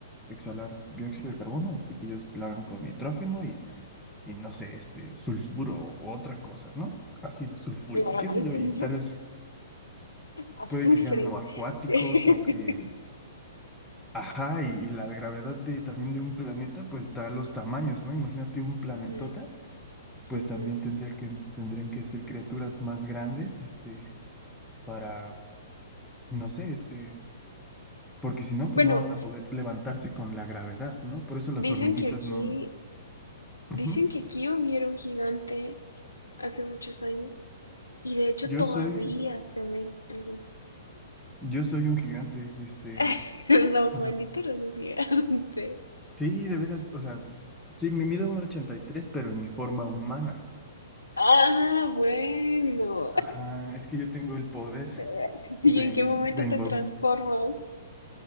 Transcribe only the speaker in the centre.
exhalar dióxido de carbono, este, que ellos lo hagan con nitrógeno y no sé, este, sulfuro o otra cosa, ¿no? Ácido sulfúrico,
qué sé
yo, y
tal vez
puede que sean no acuáticos
o que, ajá, y, y la gravedad de, también de un planeta, pues da los tamaños, ¿no? Imagínate un planetota,
pues
también tendría que, tendrían que ser criaturas más grandes, este, para, no sé, este, porque si no, pues
no van a poder levantarse con la gravedad, ¿no? Por eso las
hormiguitas
no. Ujú.
Yo
soy,
yo soy un gigante, este,
o sea,
Sí, de veras, o sea, sí, me mido un 83, pero en mi forma humana.
Ajá, es que yo tengo el poder
de,
de invol-